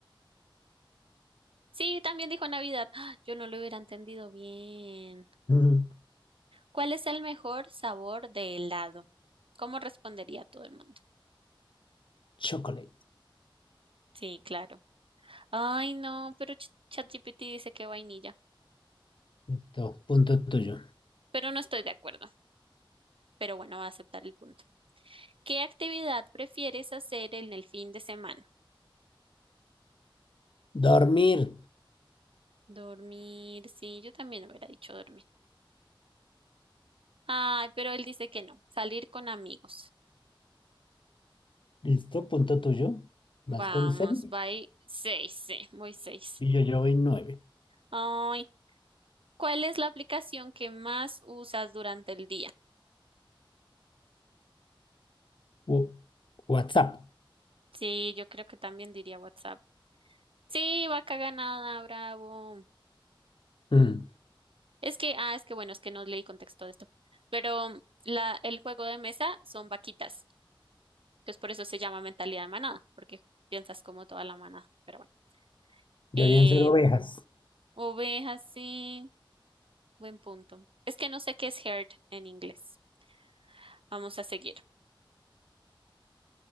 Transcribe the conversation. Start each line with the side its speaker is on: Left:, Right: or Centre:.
Right: Sí, también dijo Navidad. Ah, Yo no lo hubiera entendido bien.
Left: Ujú.
Right: ¿Cuál es el mejor sabor de helado? ¿Cómo respondería todo el mundo?
Left: Chocolate.
Right: Sí, claro. Ay, no, pero Ch- ChatGPT dice que vainilla.
Left: Listo. Punto tuyo.
Right: Pero no estoy de acuerdo. Pero bueno, va a aceptar el punto. ¿Qué actividad prefieres hacer en el fin de semana?
Left: Dormir.
Right: Dormir. Sí, yo también hubiera dicho dormir. Ay, pero él dice que no. Salir con amigos.
Left: Listo. Punto tuyo. Vas
Right: Vamos,
Left: con seis
Right: voy seis, sí, voy seis.
Left: y yo, yo voy nueve.
Right: Ay, ¿cuál es la aplicación que más usas durante el día?
Left: Wo- WhatsApp.
Right: Sí, yo creo que también diría WhatsApp. Sí, vaca ganada, bravo.
Left: Mm.
Right: Es que, ah, es que bueno, es que no leí contexto de esto. Pero mm, la, el juego de mesa son vaquitas. Entonces por eso se llama mentalidad de manada, porque piensas como toda la manada. Pero bueno.
Left: Deberían
Right: Eh,
Left: ser ovejas.
Right: ovejas, sí. Buen punto. Es que no sé qué es herd en inglés. Vamos a seguir.